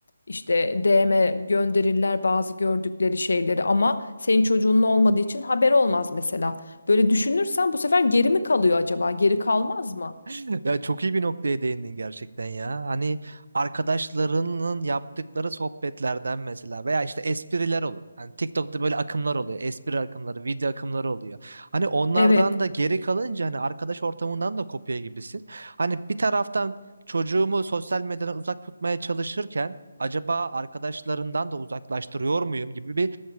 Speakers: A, on the left; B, on the right.
A: İşte DM gönderirler bazı gördükleri şeyleri ama senin çocuğunun olmadığı için haber olmaz mesela. Böyle düşünürsen bu sefer geri mi kalıyor acaba? Geri kalmaz mı?
B: <laughs> Ya çok iyi bir noktaya değindin gerçekten ya. Hani arkadaşlarının yaptıkları sohbetlerden mesela veya işte espriler olur. Hani TikTok'ta böyle akımlar oluyor. Espri akımları, video akımları oluyor. Hani onlardan
A: Evet.
B: da geri kalınca hani arkadaş ortamından da kopya gibisin. Hani bir taraftan çocuğumu sosyal medyadan uzak tutmaya çalışırken acaba arkadaşlarından da uzaklaştırıyor muyum gibi bir